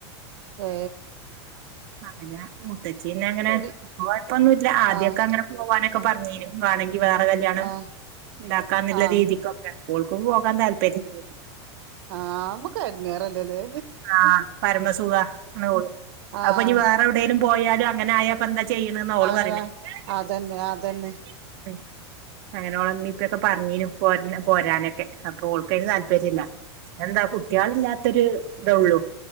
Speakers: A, on the right (about 65°); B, on the right (about 45°).
A: എ
B: അങ്ങനെ മുത്തച്ചിന്ന അങ്ങനെ
A: ശരി
B: ഇപ്പ കൊഴപ്പൊന്നുല്ല ആദ്യമൊക്കെ
A: ആഹ്
B: അങ്ങനെ പോവാനൊക്കെ
A: ആഹ്
B: പറഞ്ഞീനു വാണെങ്കി. വേറെ കല്യാണംണ്ടാക്കാന്നുള്ള
A: ആഹ് ആഹ്
B: തീതിക്കൊക്കെ പോകാൻ താല്പര്യല്ല്യ.
A: ആ മ്മക്ക് എടങ്ങറല്ലേലേ.
B: ആഹ് പരമസുഖ എന്ന്ഓള്
A: ആഹ്
B: അപ്പൊഞ്ഞി വേറെ എവിടെേ പോയാൽ അങ്ങനെ ആയാപ്പോ എന്താ ചെയ്യണ്ന്ന് ഓൾ പ
A: അവ അതന്നെ അതന്നെ.
B: മ്മ്ഹ് അങ്ങനോളമ്മി ഇപ്പിക്കെ പറഞ്ഞീനു പോര് പോരാനൊക്കെ അപ്പൊൾക്കയിന് താല് പേര്ല്ല എന്താ കുട്ട്യാള് ഇല്ലാത്തൊരു ഇതൊള്ളൂ.